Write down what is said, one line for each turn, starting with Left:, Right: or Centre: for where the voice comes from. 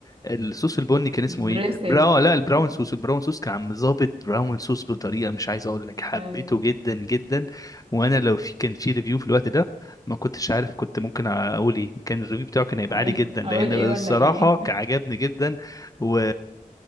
Left: الصوص البني كان اسمه
Right: الدريسنج
Left: ايه براو لا
Right: بتاع
Left: البراون صوص البراون صوص كان عم ظابط براون صوص بطريقة مش عايز اقول لك حبيته
Right: ايوه
Left: جدا جدا وانا لو في كان في ريفيو في الوقت ده ما كنتش عارف كنت ممكن اقول ايه كان الريفيو بتاعه كان هيبقى
Right: ايوه
Left: عالي جدا لان
Right: اقول ايه
Left: الصراحة
Right: ولا ايه
Left: كان عجبني جدا و...